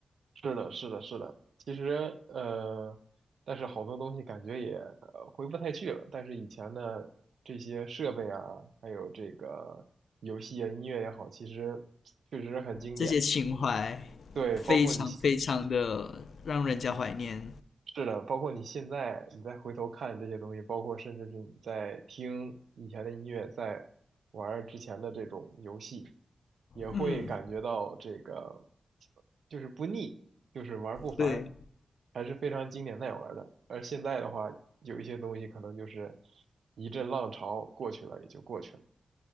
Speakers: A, on the right; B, on the left.
A: 是的，是的，是的。其实，呃，但是好多东西感觉也呃回不太去了。但是以前的这些设备啊，还有这个游戏啊、音乐也好，其实确实很经典。
B: 这些情怀
A: 对，
B: 非常非常的让人家怀念。
A: 包括你是的，包括你现在你再回头看这些东西，包括甚至是你在听以前的音乐，在玩儿之前的这种游戏，也会感觉到这个
B: 嗯，
A: 就是不腻，就是玩儿不烦，
B: 对。
A: 还是非常经典耐玩儿的。而现在的话，有一些东西可能就是一阵浪潮过去了，也就过去了。